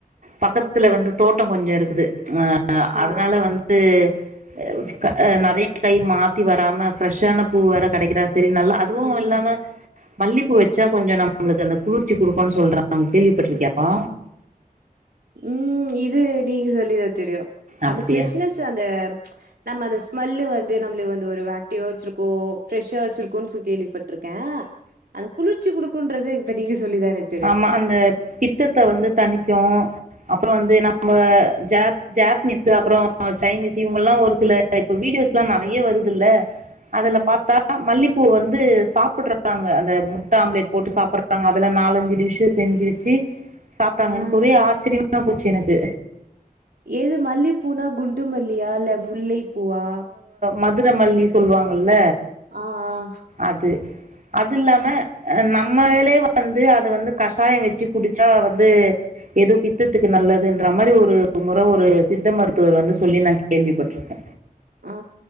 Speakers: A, on the right; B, on the right.
A: பக்கத்துல
B: ஆ
A: வந்து தோட்டோ கொஞ்சோ இருக்குது அ
B: ஆ
A: அதனால வந்து அ க நெறைய கை மாத்தி வராம ஃப்ரெஷ்ஷான பூ வேற கெடைக்குதா சரி நல்லா அதுவு
B: ம்
A: இல்லாம மல்லிப்பூ வச்சா கொஞ்சோ நம்ளுக்கு அந்த குளிர்ச்சி குடுக்குன்னு சொல்றாங்க கேள்விப்பட்ருக்கியாப்பா
B: ம் இது நீங்க சொல்லிதா தெரியு
A: அப்படியா
B: அந்த பிரஷனஸ் அந்த நம்ம அந்த ஸ்மெல்லு வந்து நம்ள வந்து ஒரு ஆக்டிவா வச்சிருக்கோ ஃப்ரெஷ்ஷா வச்சிருக்கோன் சொல் கேள்விப்பட்ருக்கே அந்த குளிர்ச்சி குடுக்குன்றது இப்ப நீங்க சொல்லிதா எனக்
A: ஆமா அந்த பித்தத்த வந்து தணிக்கு அப்புறோ வந்து நம்ம ஜப் ஜப்னீஸூ அப்புறோ சைனீஸூ இவங்க எல்லா ஒரு சில இப்ப வீடியோஸ்லா நெறைய வருதுல்ல அதுல
B: ம்
A: பாத்தா தா மல்லிப்பூ வந்து சாப்புட்றாங்க அந்த முட்ட ஆம்லேட் போட்டு சாப்புட்றாங்க அதுல நாலஞ் டிஸ்ஸ செஞ்சு வச்சு சாப்ட்டாங்க
B: ஆ
A: எனக்கு ஒரே ஆச்சரியமா போச்சு எனக்கு
B: எது மல்லிப்பூனா குண்டு மல்லியா இல்ல முல்லைப்பூவா
A: மதுரமல்லி சொல்வாங்கல்ல
B: ஆ ஆ
A: அது அது இல்லாம அ நம்மலேலே வந்து அது வந்து கஷாயோ வச்சு குடிச்சா வந்து ஏதோ பித்தத்துக்கு நல்லதுன்ற மாரி ஒரு முற ஒரு சித்த மருத்துவர் வந்து சொல்லி நா கேள்விப்பட்ருக்கே
B: ஆ ஆ